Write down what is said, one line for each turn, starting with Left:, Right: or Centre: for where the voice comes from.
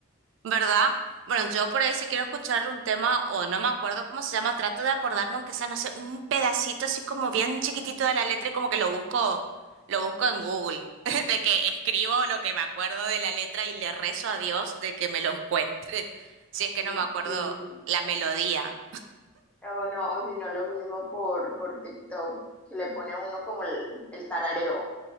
Right: ¿Verdad? Bueno, yo por ahí si quiero escuchar un tema, o no me acuerdo cómo se llama, trato de acordarme, aunque sea, no sé, un pedacito así como bien chiquitito de la letra y como que lo busco, lo busco en Google, <laughs> de que escribo lo que me acuerdo de la letra y le rezo a Dios de que me lo encuentre, <laughs> si es que
Centre: Mm,
Right: no me acuerdo
Centre: Sí.
Right: la melodía,
Centre: O no, o si no, lo mismo por, por TikTok, que le pone a uno como el, el tarareo.